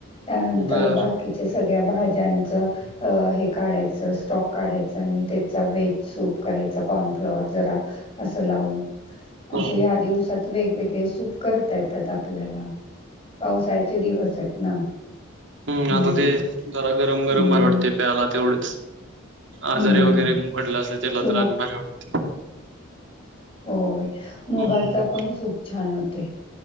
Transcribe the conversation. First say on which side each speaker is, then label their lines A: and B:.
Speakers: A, on the left; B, on the right.
A: नंतर
B: बर
A: बाकीच्या सगळ्या भा ज्यांचं हे काढायचं स्टॉक काढायच आणि त्याचा वेहेज सूप कराय कर्नफ्लवर जरा अस लावून असं
B: हा
A: या दिवसात वेगवेगळे सूप करता येतात आपल्याला पावसाल्याचे दिवस आहेत ना.
B: हम्
A: हं.
B: आता ते जरा गरम गरम
A: मग
B: भर वाटते प्यायला तेवढं. आजारे
A: हं.
B: वगैरे पडलं असं त्याला
A: तुला
B: तर आणि बरे वाट
A: होय मुगाचा
B: हम्म
A: पण सूप छान होते.